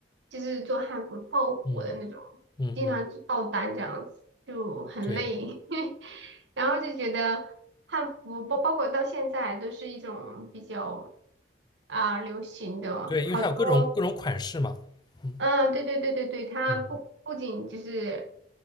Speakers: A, on the right; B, on the left.
A: 就是做汉服爆火的那种，
B: 嗯嗯嗯，
A: 经常就爆单这样子，就很累，
B: 对
A: <laughs> 然后就觉得汉服包包括到现在都是一种比较啊、流行的，
B: 对，
A: 好多
B: 因为它有各种各种款式嘛，嗯
A: 嗯，对对对对对，它不不仅就是，
B: 嗯